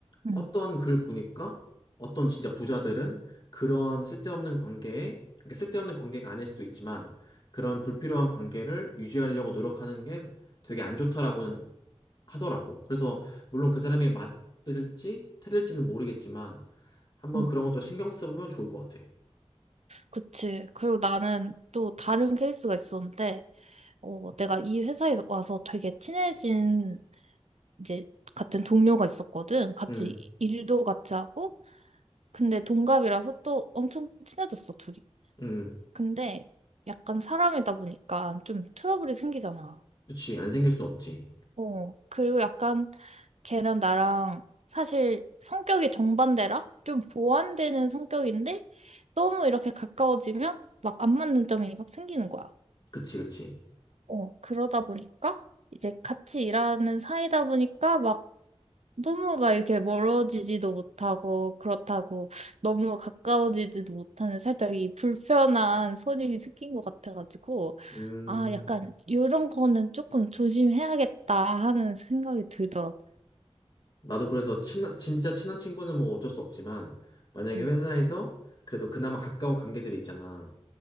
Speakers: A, on the right; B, on the left.
A: 음,
B: 어떤 글 보니까 어떤 진짜 부자들은 그런 쓸데없는 관계에, 그러니까 쓸데없는 관계가 아닐 수도 있지만 그런 불필요한 관계를 유지하려고 노력하는 게 되게 안 좋다라고는 하더라고. 그래서 물론 그 사람이 맞을지 틀릴지는 모르겠지만 한번
A: 음.
B: 그런 것도 신경 써보면 좋을 것 같아.
A: 그치. 그리고 나는 또 다른 케이스가 있었는데, 어, 내가 이 회사에 와서 되게 친해진 이제 같은 동료가 있었거든. 같이
B: 음,
A: 일도 같이 하고. 근데 동갑이라서 또 엄청 친해졌어, 둘이.
B: 음,
A: 근데 약간 사람이다 보니까 좀 트러블이 생기잖아.
B: 그치. 안 생길 순 없지.
A: 어. 그리고 약간 걔랑 나랑 사실 성격이 정반대라? 좀 보완되는 성격인데 너무 이렇게 가까워지면 막 안 맞는 점이 막 생기는 거야.
B: 그치, 그치.
A: 어. 그러다 보니까 이제 같이 일하는 사이다 보니까 막 너무 막 이렇게 멀어지지도 못하고, 그렇다고 너무 가까워지지도 못하는 살짝 이 불편한 선이 생긴 것 같아가지고,
B: 음,
A: 아, 약간 이런 거는 조금 조심해야겠다 하는 생각이 들더라고.
B: 나도 그래서 친한, 진짜 친한 친구는 뭐 어쩔 수 없지만 만약에
A: 음.
B: 회사에서 그래도 그나마 가까운 관계들이 있잖아.